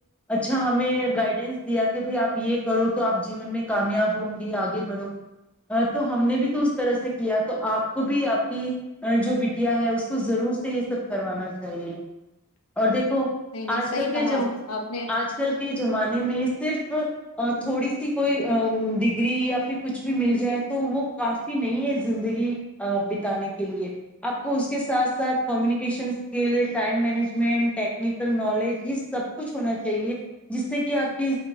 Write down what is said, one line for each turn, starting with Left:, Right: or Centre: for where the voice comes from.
Centre: اچھا ہمیں گائیڈینس دیا کہ بھائی آپ یہ کرو تو آپ جین میں کامیاب ہوں گی آگے بڑھو گی تو ہم نے بھی تو طرح سے کیا تو آپ کو بھی آپ کہ جو بٹیا ہے اس کو ضرور سے یہ سب کروانا چاہیے اور دیک
Left: نہیں نہیں
Centre: آج
Left: صحیح
Centre: کل
Left: کہا
Centre: کے ج
Left: آپ نے
Centre: آج کل کی زمانے میں صرف تھوڑی سی کوئی ڈگری یا پھر کچھ بھی مل جائے تو وہ کافی نہیں ہے زندگی بتانے کے لیے آپ کو اس کے ساتھ ساتھ communication skill time management technical knowledge یہ سب کچھ ہونا چاہیے جس سے کہ آپ کی